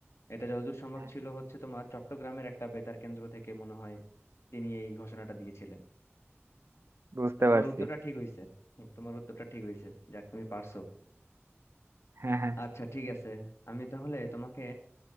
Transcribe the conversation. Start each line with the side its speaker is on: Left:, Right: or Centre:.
Left: এটা যতদূর সম্ভব
Right: হ্যাঁ
Left: ছিল হচ্ছে তোমার চট্টগ্রামের একটা বেতার কেন্দ্র থেকে মনে হয় তিনি এই ঘোষণাটা দিয়েছিলেন
Right: বুঝতে
Left: আর তোমার
Right: পারছি
Left: উত্তরটা ঠিক হয়েছে তোমার উত্তরটা ঠিক হয়েছে যাক তুমি পারছো
Right: হ্যাঁ হ্যাঁ
Left: আচ্ছা ঠিক আছে আমি তাহলে তোমাকে